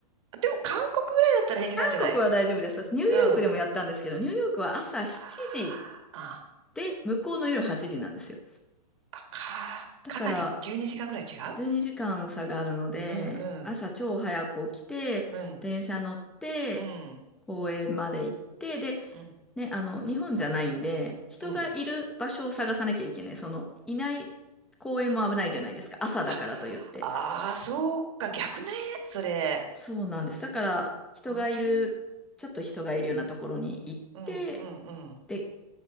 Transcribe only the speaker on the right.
でも韓国ぐらいだったら平気なんじゃない
うん。あ
ーあ、
あか、
かなり12時間ぐらい違う
うん、
うん、うん、
うん。
うん
うん。
あ、ああ、そうか、逆ね、それ。
あー
うん、うん、うん。